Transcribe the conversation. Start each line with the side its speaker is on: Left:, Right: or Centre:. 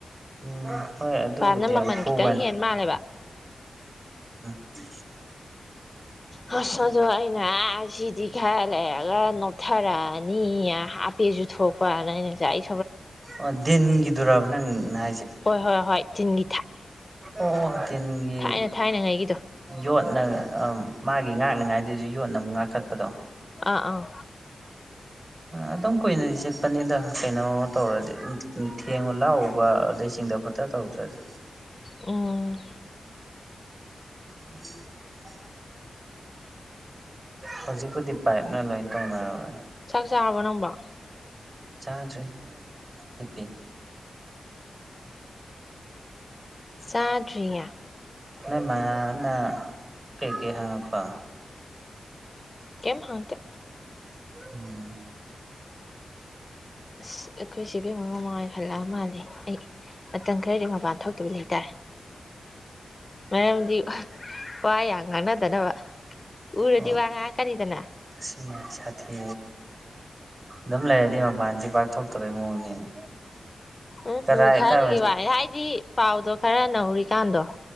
Right: ꯎꯝ ꯍꯣꯏ ꯑꯗꯨꯕꯨꯗꯤ
Left: ꯄꯝꯅ
Right: ꯌꯥꯝ
Left: ꯃꯃꯜ
Right: ꯈꯨꯕꯅꯤ
Left: ꯈꯤꯇꯪ ꯍꯦ ꯃꯥꯜꯂꯦꯕ
Right: ꯎ
Left: ꯍꯁꯗꯥꯏꯅ ꯁꯤꯗꯤꯤ ꯈꯥꯏ ꯂꯩꯔꯒ ꯅꯣꯛꯊꯔꯛꯑꯅꯤ ꯍꯥꯞꯄꯦꯁꯨ ꯊꯣꯛꯄꯅ ꯑꯩꯅ ꯉꯁꯥꯏꯦ
Right: ꯃꯦ ꯑꯗꯨꯔꯕ ꯅꯪ ꯉ
Left: ꯍꯣꯏ ꯍꯣꯏ ꯍꯣꯏ ꯆꯤꯟꯒꯤ
Right: ꯑꯣ ꯇꯤꯟꯒꯤ
Left: ꯊꯥꯏꯅ ꯊꯥꯏꯅꯉꯩꯒꯤꯗꯣ
Right: ꯌꯣꯠꯅ ꯃꯥꯒꯤ ꯉꯥꯛꯅꯉꯥꯏ ꯑꯗꯨꯁꯨ ꯌꯣꯟꯅ ꯑꯃꯨꯛ ꯉꯥꯛꯈꯠꯄꯗꯣ
Left: ꯑꯥ ꯑꯥ
Right: ꯑꯗꯨꯝ ꯀꯨꯏꯅꯗꯤ ꯆꯠꯄꯅꯤꯗ ꯀꯩꯅꯣꯝꯃ ꯇꯧꯔꯗꯤ ꯊꯦꯡꯉꯨ ꯂꯥꯛꯎꯕ ꯑꯗꯩꯁꯤꯡꯗ ꯈꯨꯠꯇ ꯇꯧꯗ꯭ꯔꯗꯤ
Left: ꯎꯝ
Right: ꯑ ꯍꯧꯖꯤꯛꯄꯨꯗꯤ ꯄꯥꯏꯞꯅ ꯂꯣꯏ ꯇꯧꯅꯔꯣꯏ
Left: ꯆꯥꯕ ꯅꯕ
Right: ꯆꯥ꯭ꯔ ꯍꯤꯄꯦ
Left: ꯆꯖꯔꯤꯌꯥ
Right: ꯅ ꯃꯥꯅ ꯀꯩꯀꯩ ꯍꯪꯉꯛꯄ
Left: ꯀꯦꯝ ꯍꯇꯦ
Right: ꯎꯝ
Left: ꯑꯁ ꯑꯩꯈꯣꯏ ꯁꯤꯕꯦꯝ ꯃꯃꯥꯡ ꯑꯣꯏ ꯍꯜꯂꯛꯑ ꯃꯥꯜꯂꯦ ꯑꯩ ꯃꯇꯝ ꯈꯔꯗꯤ ꯃꯄꯥꯟ ꯊꯣꯛꯇꯕ ꯂꯩꯇꯥꯔꯦ ꯃꯗꯤ ꯋꯥ ꯌꯥꯝ ꯉꯥꯡꯅꯗꯅꯕ ꯎꯔꯗꯤ
Right: ꯑꯣ
Left: ꯋꯥ ꯉꯥꯛꯀꯅꯤꯗꯅ
Right: ꯑꯁꯤ ꯁꯥꯊꯤ ꯑꯗꯨꯝ ꯂꯩꯔꯗꯤ ꯃꯄꯥꯟꯁꯦ ꯄꯥꯛꯊꯣꯛꯇꯕꯩ ꯃꯑꯣꯡꯅꯤꯅꯦ
Left: ꯎꯝꯃꯤ
Right: ꯀꯗꯥꯏ
Left: ꯊꯥꯏꯅꯤ
Right: ꯀꯥꯏꯋꯥꯏ
Left: ꯋꯥꯚꯏ ꯍꯥꯏꯗꯤ ꯄꯥꯎꯗꯣ ꯈꯔ ꯅꯧꯔꯤ ꯖꯤ ꯀꯥꯟꯗꯣ